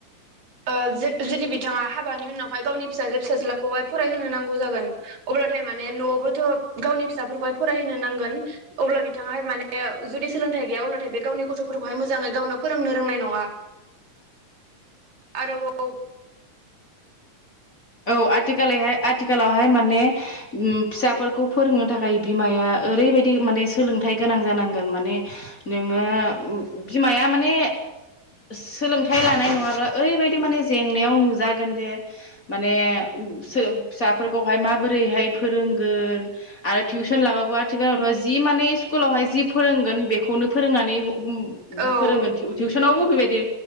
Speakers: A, on the right; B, on the left.
A: ओ जुदि बिथाङा हाबानि उनावहाय गावनि फिसाजो फिसाज्लाखौहाय फरायहोनो नांगौ जागोन अब्लाथाय माने नआवबोथ गावनि फिसाफोरखौहाय फरायहोनो नांगोन अब्ला बिथाङाहाय माने जुदि सोलोंथाइ गैया अब्लाथाय बे गावनि गथफोरखौहाय मोजाङै गावनो फोरोंनो रोंनाय नङा आरो <unintelligible>
B: औ आथिखालहाय आथि आथिखालावहाय माने उम फिसाफोरखौ फोरोंनो थाखाय बिमाया ओरैबायदि माने सोलोंथाइ गोनां जानांगोन माने नोङो
A: औ
B: बिमाया माने सोलोंथाइ लानाय नङाब्ला ओरैबायदि माने जेंनायाव नुजागोन जे माने माने फिसाफोरखौहाय माबोरैहाय फोरोंगोन आरो टिउसन लाबाबो आथिखालावथ जि माने स्कुलावहाय जि फोरोंगोन बेखौनो फोरोंनानै ह उम
A: औ
B: फोरोंगोन टिउ टिउसन <unintelligible> बेबायदि